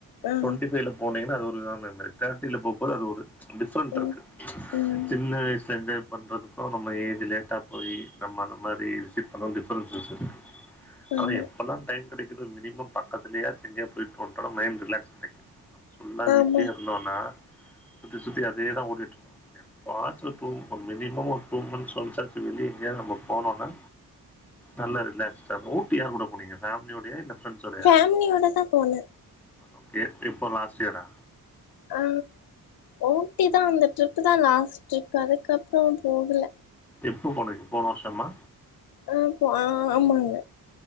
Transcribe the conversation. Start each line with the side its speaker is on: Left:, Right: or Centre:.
Left: ஆ
Centre: டுவெண்டி ஃபைவ்ல போன்னிங்கண்ணா அது ஒரு விதமான மெமரிஸ் தேர்ட்டில போம்போது அது ஒரு டிஃப்ரண்ட்
Left: ம்
Centre: இருக்கு
Left: ம்
Centre: சின்ன வயசுல என்ஜாய் பண்றது அப்பற நம்ம ஏஜ் லேட்டா போய் நம்ம அந்த மாதிரி விசிட் பண்றதும் டிஃப்ரன்சஸ் இருக்குது
Left: ஆமா
Centre: அதா எப்பல்லா டைம் கிடைக்குதோ மினிமம் பக்கத்துலயாச்சு எங்கயாச்சு போயட்டு வந்துடோம்னா மைடு ரிலாக்ஸ் கிடைக்கும் ஃபுல்லா வீட்லயே
Left: ஆமா
Centre: இருந்தோன்னா சுத்தி சுத்தி அதேதா ஓடிட்டு இருக்கு எப்பாச்சு ஒரு டூர் போன்னு மினிமம் ஒரு டூ மன்ந்த்ஸ் ஒன்ஸாச்சி வெளிய எங்கயாது நம்ம போனோம்னா நல்ல ரிலாக்ஸ்டா போ ஊட்டி யார் கூட போனீங்க ஃபேமிலியோடையா இல்ல ஃப்ரெண்ட்ஸ்யோடையா
Left: ஃபேமிலியோட தா போனே
Centre: ஓகே எப்போ லாஸ்ட் இயரா
Left: அ ஊட்டி தா அந்த ட்ரிப்பு தா லாஸ்ட் ட்ரிப் அதுக்கப்பற போகுல
Centre: எப்போ போன்னிங்க போன வருஷமா
Left: அ ஆ ஆமாங்க